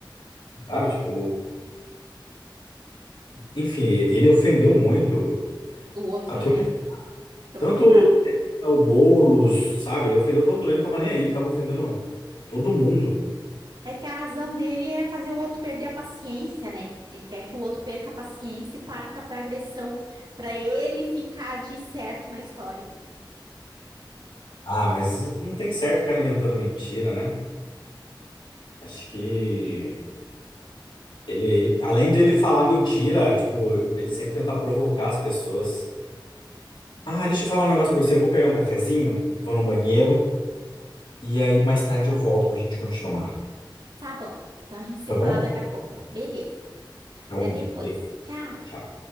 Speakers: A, on the left; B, on the right.
A: sabe? Tipo. Enfim, ele ofendeu muito
B: O outro,
A: a troco
B: né?
A: de...
B: Trocou
A: Tanto
B: de nada.
A: o Boulos, sabe? Ele ofendeu todo ele, não tava nem aí, ele tava ofendendo todo mundo.
B: É que a razão dele é fazer o outro perder a paciência, né? Ele quer que o outro perca a paciência e parta pra agressão, pra ele ficar de certo na história.
A: Ah, mas não tem certo o cara inventando mentira, né? Acho que ele, ele, além de ele falar mentira, tipo, ele sempre tenta provocar as pessoas.
B: Sim.
A: Ah, deixa eu falar um negócio pra você. Eu vou pegar um cafezinho e vou no banheiro.
B: Uhum.
A: E aí mais tarde eu volto pra gente continuar.
B: Tá bom. Então a gente se
A: Tá
B: fala
A: bom?
B: daqui a pouco. Beleza.
A: Então,
B: Até depois.
A: bem,
B: Tchau.
A: tchau.